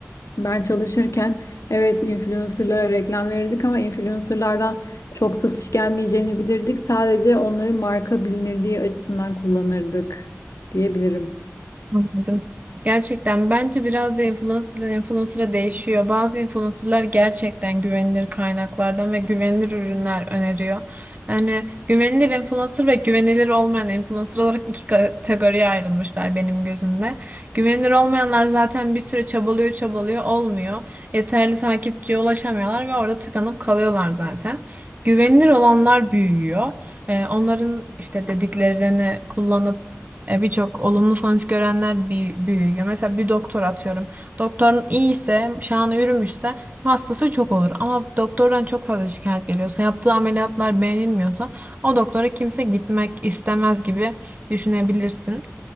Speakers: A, on the left; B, on the right.
A: ben çalışırken evet influencerlara reklam verirdik ama influencerlardan çok satış gelmeyeceğini bilirdik. Sadece onların marka bilinirliği açısından kullanırdık diyebilirim.
B: Anladım. Gerçekten bence biraz da influencer'dan influencer'a değişiyor. Bazı influencer'lar gerçekten güvenilir kaynaklardan ve güvenilir ürünler öneriyor. Yani güvenilir influencer ve güvenilir olmayan influencer olarak iki kategoriye ayrılmışlar benim gözümde. Güvenilir olmayanlar zaten bir süre çabalıyor çabalıyor olmuyor. Yeterli takipçiye ulaşamıyorlar ve orada tıkanıp kalıyorlar zaten. Güvenilir olanlar büyüyor. Ee, onların işte dediklerini kullanıp e, birçok olumlu sonuç görenler bi- büyüyor. Mesela bir doktor atıyorum. Doktorun iyi ise, şanı yürümüşse hastası çok olur. Ama doktordan çok fazla şikayet geliyorsa, yaptığı ameliyatlar beğenilmiyorsa o doktora kimse gitmek istemez gibi düşünebilirsin.